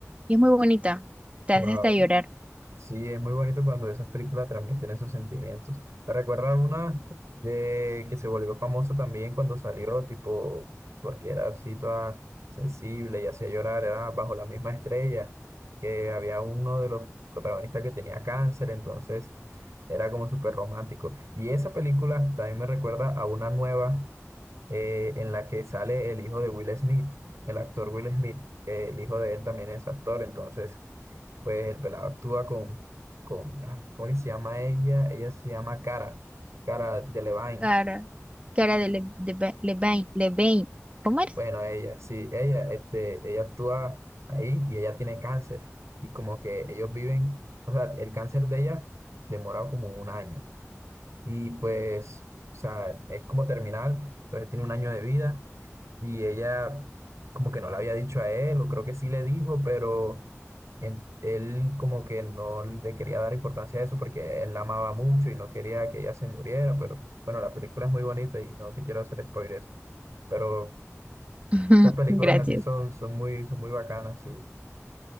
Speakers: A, on the right; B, on the right.
A: Y es muy bonita. Te
B: Wow.
A: hace hasta llorar.
B: Sí, es muy bonito cuando esas películas transmiten esos sentimientos. Me recuerda una de que se volvió famosa también cuando salió, tipo, porque era así toda sensible y hacía llorar, era bajo la misma estrella, que había uno de los protagonistas que tenía cáncer, entonces era como súper romántico. Y esa película también me recuerda a una nueva eh, en la que sale el hijo de Will Smith, el actor Will Smith, que el hijo de él también es actor, entonces pues el pelado actúa con, con, ah ¿cómo que se llama ella? Ella se llama Cara, Cara Delevingne.
A: Cara, cara de Le- de Ba- Levain, Levain. ¿Cómo eres?
B: Bueno, ella, sí, ella, este, ella actúa ahí y ella tiene cáncer. Y como que ellos viven, o sea, el cáncer de ella demora como un año. Y pues, o sea, es como terminal, entonces tiene un año de vida Y ella como que no le había dicho a él, o creo que sí le dijo, pero él, él como que no le quería dar importancia a eso porque él la amaba mucho y no quería que ella se muriera, pero bueno, la película es muy bonita y no te quiero hacer spoilers, pero
A: <laughs>
B: esas películas
A: Gracias.
B: así son, son muy, son muy bacanas, sí.